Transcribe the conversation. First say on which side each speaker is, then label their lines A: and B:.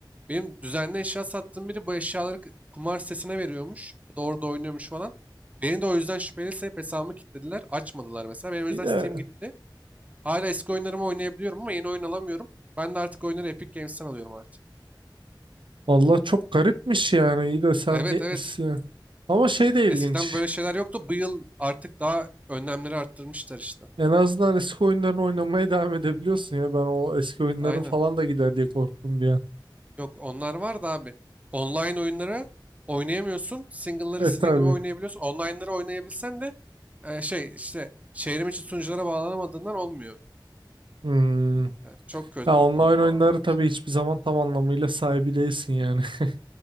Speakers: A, on the right (about 15°); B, on the right (about 80°).
A: Benim düzenli eşya sattığım biri bu eşyaları k- kumar sitesine veriyormuş. Doğru da oynuyormuş falan. Beni de o yüzden şüpheli sayıp hesabımı kilitlediler. Açmadılar mesela. Benim o
B: yine
A: yüzden Steam gitti. Hala eski oyunlarımı oynayabiliyorum ama yeni oyun alamıyorum. Ben de artık oyunları Epic Games'ten alıyorum artık.
B: Valla çok garipmiş yani İyi de sen
A: Evet
B: diye...
A: evet.
B: Ama şey de
A: Eskiden
B: ilginç.
A: böyle şeyler yoktu. Bu yıl artık daha önlemleri arttırmışlar işte.
B: En azından eski oyunlarını oynamaya devam edebiliyorsun ya. Ben o eski oyunların
A: Aynen.
B: falan da gider diye korktum bir an.
A: Yok onlar var da abi. Online oyunları oynayamıyorsun. Single'ları istediğin
B: E tabii.
A: gibi oynayabiliyorsun. Online'ları oynayabilsen de e, şey işte çevrim içi sunuculara bağlanamadığından olmuyor.
B: Hmm.
A: Yani çok kötü
B: Ya online
A: oldu bana
B: oyunları
A: vallahi
B: tabii
A: zaten.
B: hiçbir zaman tam anlamıyla sahibi değilsin yani. <laughs>